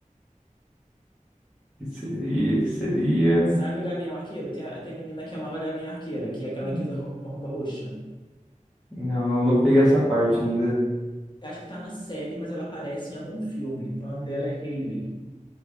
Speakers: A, in the centre; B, on the left.
A: Que seria, que seria...
B: Sabe o Gavião Arqueiro? Tem a, tem a menina que é a nova Gavião Arqueira, que é aquela
A: Hum,
B: que usa ro- uma roupa roxa.
A: Não, eu não peguei essa parte ainda,
B: Eu acho que tá na série, mas ela aparece em algum filme. O nome dela é Hailey.